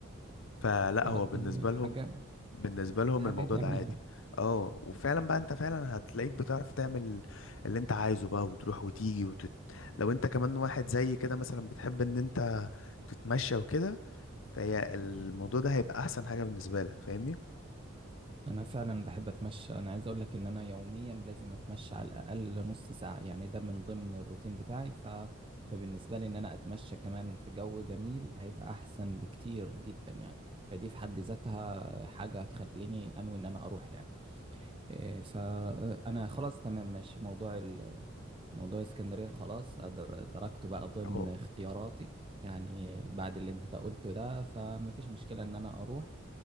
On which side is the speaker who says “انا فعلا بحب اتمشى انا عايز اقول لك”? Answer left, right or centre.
Right